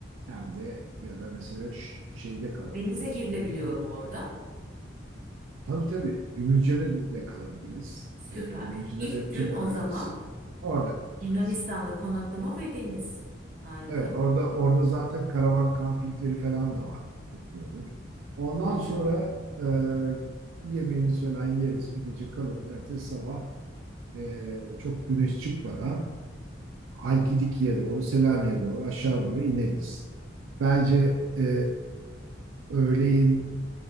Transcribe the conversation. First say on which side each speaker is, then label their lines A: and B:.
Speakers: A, on the right; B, on the right.
A: Hem de ya da mesela ş- şeyde kalabiliriz.
B: Denize girilebiliyor
A: Gümül,
B: mu orada?
A: tabii tabii. Gümülcine de kalabiliriz.
B: Süper.
A: E, Gümülcine
B: İlk
A: de
B: gün
A: Türk
B: o
A: bölgesi.
B: zaman
A: Orada kalacağız.
B: Yunanistan'da konaklama ve deniz. Harika.
A: Evet, orada orada zaten karavan kampingleri falan da var. Çok iyi olur. Ondan
B: Hı hı.
A: sonra e, yemeğimiz falan yeriz, bir gece kalırız. Ertesi sabah e, çok güneş çıkmadan Halkidiki'ye doğru, Selanik'e doğru, aşağı doğru ineriz. Bence e, öğleyin